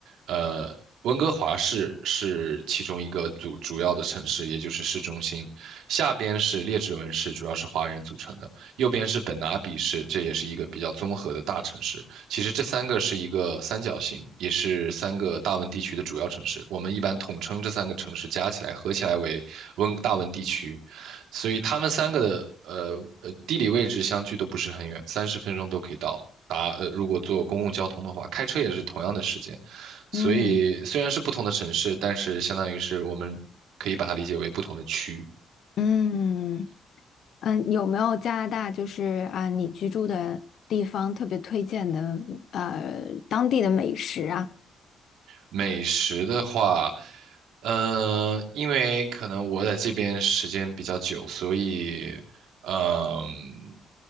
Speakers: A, on the right (about 80°); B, on the left (about 65°).
A: 呃，温哥华市是其中一个主主要的城市，也就是市中心。下边是列治文市，主要是华人组成的；右边是本拿比市，这也是一个比较综合的大城市。其实这三个是一个三角形，也是三个大温地区的主要城市。我们一般统称这三个城市加起来合起来为温大温地区，所以他们三个的呃呃地理位置相距都不是很远，三十分钟都可以到。达呃，如果坐公共交通的话，开车也是同样的时间。所以虽然是不同的城市，
B: 嗯。
A: 但是相当于是我们可以把它理解为不同的区。
B: 嗯。嗯，有没有加拿大就是啊，你居住的地方特别推荐的呃当地的美食啊？
A: 美食的话，嗯、因为可能我在这边时间比较久，所以，嗯、